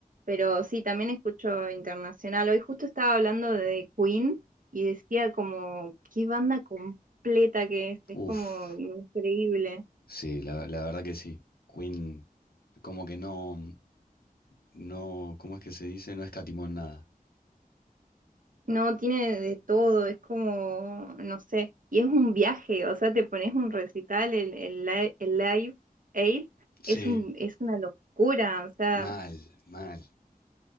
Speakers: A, on the right (about 60°); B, on the left (about 85°).
A: Pero sí, también escucho internacional. Hoy justo estaba hablando de Queen y decía como, qué banda completa que es. Es
B: Uf.
A: como increíble.
B: Sí, la, la verdad que sí. Queen, como que no, no, ¿cómo es que se dice? No escatimó en nada.
A: No, tiene de todo. Es como, no sé. Y es un viaje. O sea, te pones un recital, el, el, li- el Live Aid.
B: Sí,
A: Es un, es una locura. O sea...
B: mal, mal.